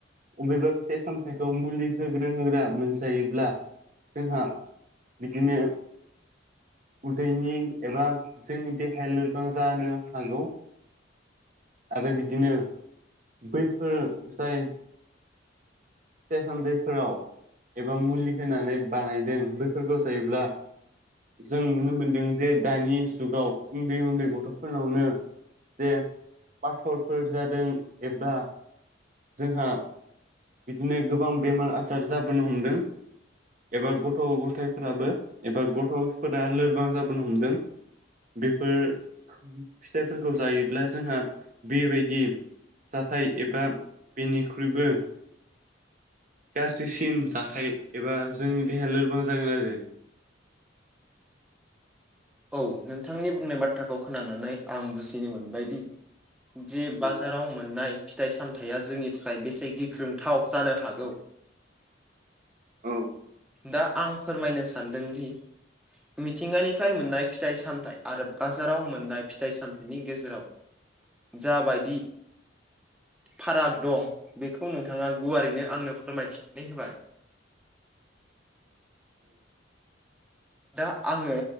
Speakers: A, on the right; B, in the centre.
A: बबेबा फिथाइ सामथायाइखौ मुलि होग्रो होग्रा मोनजायोब्ला जोंहा बिदिनो उदैनि एबा जोंनि देहाया लोरबां जानो हागौ। आरो बिदिनो बैफोर जाय फिथाइ सामथैफोराव एबा मुलि होनानै बानायदों बेफोरखौ जायोब्ला जों नुनो मोनदों जे दानि जुगाव उन्दै उन्दै गथ'फोरनावनो जे पाथरफोर जादों एबा जोंहा बिदिनो गोबां बेमार आजार जाबोनो हमदों। एबा गथ' गथायफोराबो एबा गथ'फोरा लोरबां जाबोन हमदों। बेफोर फिथाइफोरखौ जायोब्ला जोंहा बेबायदि जाथाय एबा बेनिख्रुइबो गाज्रिसिन जाथाय एबा जोंनि देहाया लोरबां जागोन आरो।
B: औ नोंथांनि बुंनाय बाथ्राखौ खोनानानै आं बुजिनो मोनबायदि दि बाजाराव मोननाय फिथाइ सामथाइया जोंनि थाखाय बेसे गिख्रोंथाव जानो हागौ।
A: औ
B: दा आं फोरमायनो सानदोंदि मिथिंगानिफ्राय मोननाय फिथाइ सामथायाइ आरो बाजाराव मोननाय फिथाइ सामथायाइनि गेजेराव
A: <inaudible>
B: जाबायदि फाराग दं बेखौ नोंथाङा गुवारैनो आंनो फोरमायथिनानै होबाय। दा आङो